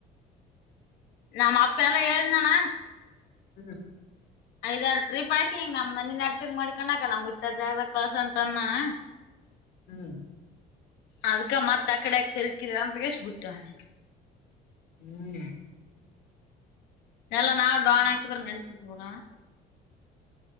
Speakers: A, on the left; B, on the left.
A: ನಮ್ಮ ಅಪ್ಪ ಎಲ್ಲ ಎಳ್ದಾನ
B: ಹ್ಮ
A: ಐದ್ರ ಟ್ರಿಪ್ ಆಯಕಿಂಗ ನಮ್ ಮನ ನಟಗ್ ಮಾಡಿ ಕೊಂಡಕ ನಮ್ಗೆ ಇತರ ಜಾಗದ ಕಳ್ಸ ಅಂತ ಅಂದಾನ
B: ಹ್ಮ್
A: ಅದಕ್ಕ ಮಾತ್ತ ಕಡೆ ಕರುಕಿರಂತ ಕ ಸ ಬಿಟ್ಟವಳ
B: ಹ್ಮ್
A: ಎಲ್ಲಾ ನಾವವು ಡೋನ್ ಹಾಕಿದ್ರ ನಡತಿದ್ ಬಿಡೋಣ